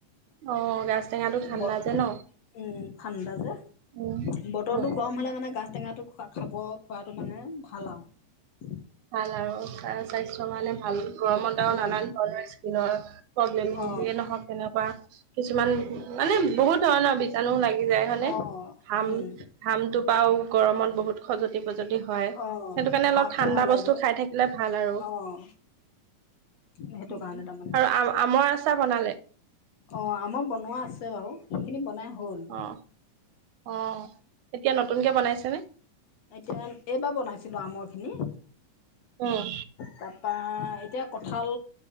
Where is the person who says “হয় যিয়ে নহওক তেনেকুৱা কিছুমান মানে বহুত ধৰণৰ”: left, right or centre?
Right